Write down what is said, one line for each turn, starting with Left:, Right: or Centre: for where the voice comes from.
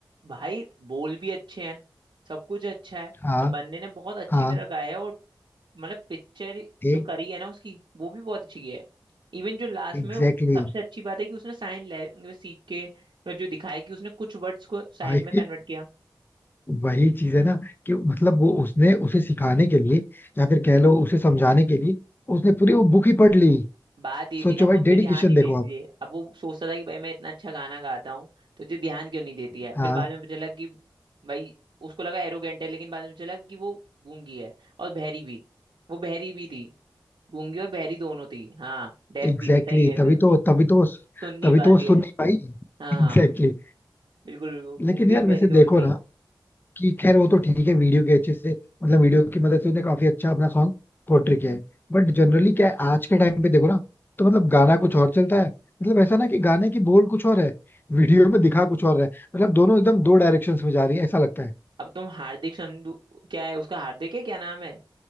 Right: भाई बोल भी अच्छे हैं सब कुछ अच्छा है
Left: हाँ
Right: और बंदे ने बहुत अच्छी
Left: हाँ
Right: तरह गाया है और मतलब पिक्चर
Left: एक
Right: जो करी है ना उसकी वो भी बहुत अच्छी की है इवन जो लास्ट
Left: एग्जैक्टली
Right: में सबसे अच्छी बात है कि उसने साइन लैंग्वेज सीख के जो दिखाया कि उसने कुछ वर्ड्स को साइन
Left: भाई
Right: में कन्वर्ट किया
Left: वही चीज है ना कि मतलब वो उसने उसे सिखाने के लिए या फिर कह लो उसे समझाने के लिए उसने पूरी वो बुक ही पढ़ ली
Right: बात ये
Left: सोचो
Right: थी ना
Left: भाई
Right: वो उस
Left: डेडिकेशन
Right: पर ध्यान नहीं
Left: देखो
Right: देती
Left: आप
Right: थी अब वो सोचता था कि भाई मैं इतना अच्छा गाना गाता हूँ तो मुझे ध्यान क्यों नहीं देती है
Left: हाँ
Right: फिर बाद में पता चला कि भाई उसको लगा एरोगेंट है लेकिन बाद में चला कि वो गूंगी है और बहरी भी वो बहरी भी थी गूंगी और बहरी दोनों थी हाँ डेफ
Left: एग्जैक्टली
Right: भी थी सही है
Left: exactly, तभी
Right: तो
Left: तो तभी तो
Right: सुननी
Left: तभी तो
Right: बात
Left: वो सुन
Right: यह है
Left: नहीं पाई
Right: हाँ
Left: <laughs>
Right: हाँ
Left: Exactly
Right: बिल्कुल बिल्कुल,
Left: exactly.
Right: गूंगी
Left: लेकिन यार
Right: और बहरी
Left: वैसे
Right: दोनों
Left: देखो
Right: थी
Left: ना कि खैर वो तो ठीक है वीडियो के अच्छे से मतलब वीडियो की मदद से उन्हें काफी अच्छा अपना सॉन्ग पोर्ट्रे किया है बट जनरली क्या है आज के टाइम पे देखो ना तो मतलब गाना कुछ और चलता है मतलब ऐसा ना कि गाने की बोल कुछ और है वीडियो में दिखा कुछ और है मतलब दोनों एकदम दो डायरेक्शंस में जा रही है ऐसा लगता है
Right: अब तुम हार्दिक संधू क्या है उसका हार्दिक है क्या नाम है